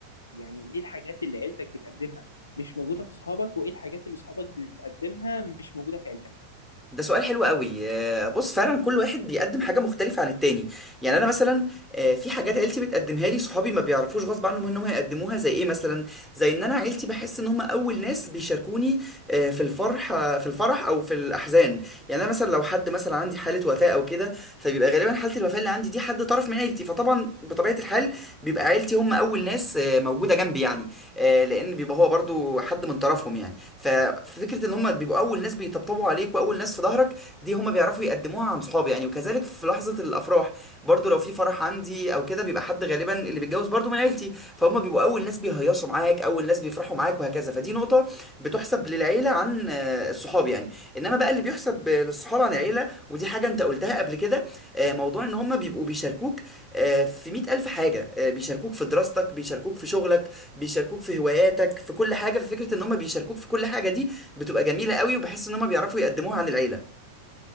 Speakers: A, on the left; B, in the centre.
A: يعني ايه الحاجات اللي عيلتك بتقدمها مش موجودة في صحابك وايه الحاجات اللي صحابك بتقدمها مش موجودة في عيلتك
B: ده سؤال حلو قوي آه، بص فعلا كل واحد بيقدم حاجة مختلفة عن التاني يعني أنا مثلا آه، في حاجات عيلتي بتقدمها لي صحابي ما بيعرفوش غصب عنهم إنهم هيقدموها زي إيه مثلا زي إن أنا عيلتي بحس إن هم أول ناس بيشاركوني آه، في الفرح آه، في الفرح أو في الأحزان يعني أنا مثلا لو حد مثلا عندي حالة وفاة أو كده فبيبقى غالبا حالة الوفاة اللي عندي دي حد طرف من عيلتي فطبعا بطبيعة الحال بيبقى عيلتي هم أول ناس آه، موجودة جنبي يعني آه، لأن بيبقى هو برضو حد من طرفهم يعني ففكره ان هم بيبقوا اول ناس بيطبطبوا عليك واول ناس في ظهرك دي هم بيعرفوا يقدموها عن صحابي يعني وكذلك في لحظه الافراح برضو لو في فرح عندي او كده بيبقى حد غالبا اللي بيتجوز برضو من عيلتي فهم بيبقوا اول ناس بيهيصوا معاك اول ناس بيفرحوا معاك وهكذا فدي نقطه بتحسب للعيله عن آه، الصحاب يعني انما بقى اللي بيحسب آه، للصحاب عن العيله ودي حاجه انت قلتها قبل كده آه، موضوع ان هم بيبقوا بيشاركوك آه، في مئة ألف حاجة آه، بيشاركوك في دراستك بيشاركوك في شغلك بيشاركوك في هواياتك في كل حاجه ففكره ان هم بيشاركوك في كل حاجه دي بتبقى جميله قوي وبحس ان هم بيعرفوا يقدموها عن العيله